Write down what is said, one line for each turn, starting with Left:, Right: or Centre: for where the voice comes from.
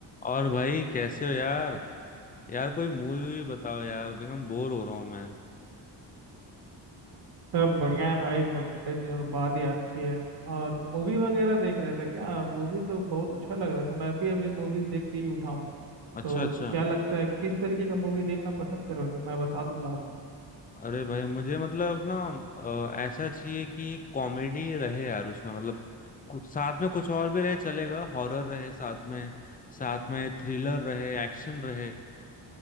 Left: और भाई कैसे हो यार यार कोई मूवी वूवी बताओ यार भाई हम बोर हो रहा हूँ मैं
Right: सब बढ़िया है भाई बड़े दिनों बाद याद किया है और मूवी वगैरह देख रहे थे क्या मूवी तो बहुत अच्छा लग रहा था मैं अभी अभी मूवीज देख के ही उठाऊं
Left: अच्छा
Right: तो
Left: अच्छा
Right: क्या लगता है किस तरीके का मूवी देखना पसंद करोगे मैं बता दूंगा आप।
Left: अरे भाई मुझे मतलब ना अ, ऐसा चाहिए कि कॉमेडी रहे यार उसमें मतलब कुछ साथ में कुछ और भी रहे चलेगा हॉरर रहे साथ में साथ में थ्रिलर रहे एक्शन रहे अ,